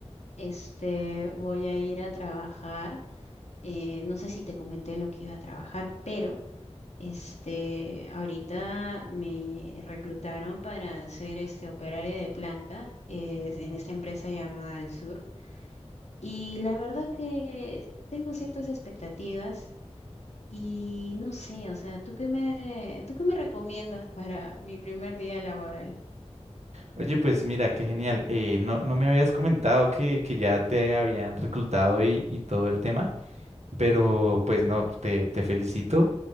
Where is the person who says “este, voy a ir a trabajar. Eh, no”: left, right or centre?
Left